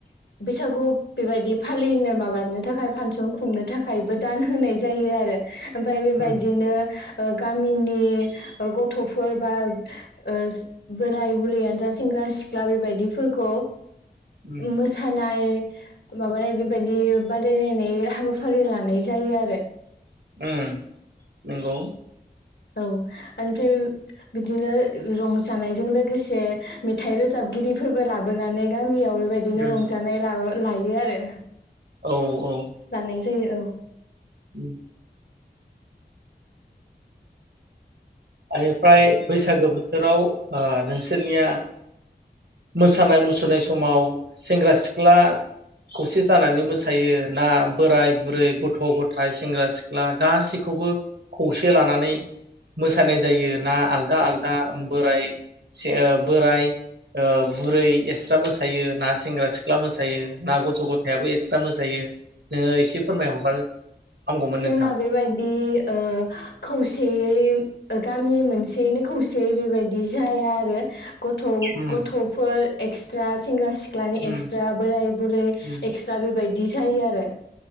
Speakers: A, on the left; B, on the right.
A: बैसागु बेबायदि फालिनो माबानो थाखाय फानसन खुंनो थाखायबो दान होनाय जायो आरो ओमफ्राय बेबायदिनो
B: उम
A: ओ गामिनि गथ'फोर बा ओ बोराय बुरैयानो जा सेंग्रा-सिख्ला बेबायदिफोरखौ
B: उम
A: मोसानाय माबानाय बेबायदि बादायलायनाय हाबाफारि लानाय जायो आरो
B: उम नंगौ
A: औ ओमफ्राय बिदिनो रंजानायजों लोगोसे मेथाइ रोजाबगिरिफोरबो लाबोनानै गान गामियाव बेबायदिनो
B: उम
A: रंजानाय ला लायो आरो
B: औ औ
A: लानाय जायो औ
B: उम बेनिफ्राय बैसागो बोथोराव नोंसोरनिया मोसानाय मुसुरनाय समाव सेंग्रा सिख्ला खौसे जानानै मोसायो ना बोराय-बुरै गथ'-गथाय सेंग्रा-सिख्ला गासैखौबो खौसे लानानै मोसानाय जायो ना आलादा आलादा बोराय बोराइ बुरै एक्स्रा मोसायो ना सेंग्रा सिख्ला मोसायो ना गथ' गथायाबो एक्सट्रा मोसायो नोङो एसे फोरमायहरबा- हामगौमोन
A: जोंना
B: नोंथां
A: बेबायदि ओ खौसेयै गामि मोनसेैयैनो खौसेयै बेबायदि जाया आरो गथ'
B: उम
A: गथ'फोर एक्सट्रा सेंग्रा सिख सिख्लानि
B: उम
A: एक्सट्रा बोराय बुरै
B: उम
A: एक्स्रा बेबायदि जायो आरो